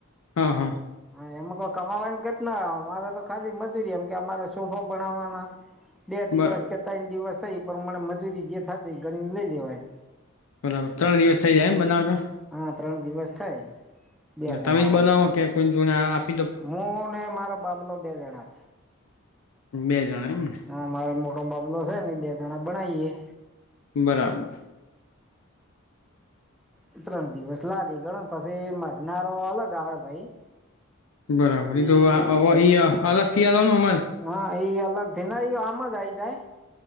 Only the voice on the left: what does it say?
હા હા
બર
બરાબર ત્રણ દિવસ થઇ જાય એમ બનાવતા
તમે જ
બનાવો
કે કોઈ જોડે આપ
બે જણા એમને
બરાબર
બરાબર
તો એ અલગથી આલવાનું અમારે.